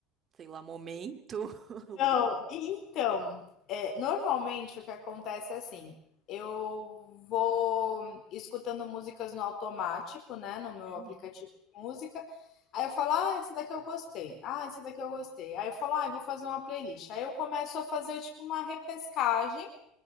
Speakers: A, on the right; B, on the left.
A: sei lá, momento? <laughs> Lugar.
B: Não, então, eh, normalmente o que acontece é assim, eu vou escutando músicas no automático, né, no meu
A: Uhum.
B: aplicativo de música, aí eu falo: "Ah, essa daqui eu gostei. Ah, essa daqui eu gostei". Aí eu falo: "Ai, vou fazer uma playlist". Aí eu começo a fazer, tipo, uma repescagem